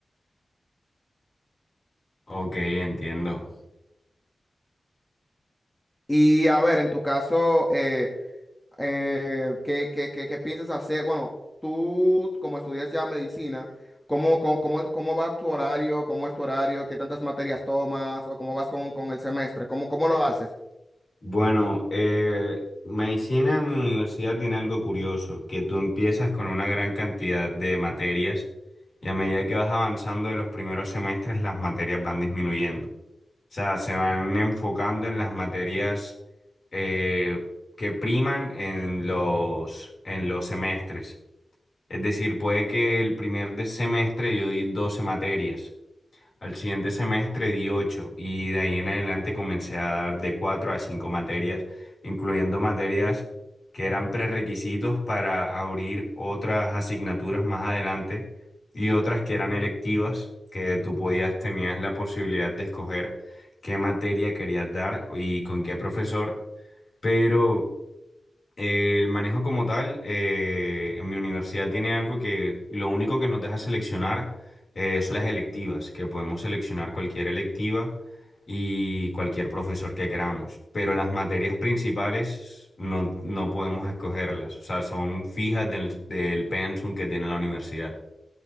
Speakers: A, on the left; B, in the centre.
A: Ok, entiendo.
B: Y a ver, en tu caso, eh, eh, ¿qué, qué, qué, qué piensas hacer? Bueno, tú como estudias ya medicina, ¿cómo, cómo, cómo, cómo va tu horario? ¿Cómo es tu horario? ¿Qué tantas materias tomas? ¿O cómo vas con, con el semestre? ¿Cómo, cómo lo haces?
A: Bueno, eh, medicina en mi universidad tiene algo curioso, que tú empiezas con una gran cantidad de materias y a medida que vas avanzando en los primeros semestres las materias van disminuyendo. O sea, se van enfocando en las materias eh, que priman en los, en los semestres. Es decir, puede que el primer de- semestre yo di 12 materias al siguiente semestre di 8 y de ahí en adelante comencé a dar de 4 a 5 materias, incluyendo materias que eran prerequisitos para abrir otras asignaturas más adelante y otras que eran electivas, que tú podías, tenías la posibilidad de escoger qué materia querías dar y con qué profesor, pero eh, el manejo como tal, eh, en mi universidad tiene algo que lo único que nos deja seleccionar eh, son las electivas, que podemos seleccionar cualquier electiva y cualquier profesor que queramos, pero las materias principales no, no podemos escogerlas, o sea, son fijas del, del pensum que tiene la universidad.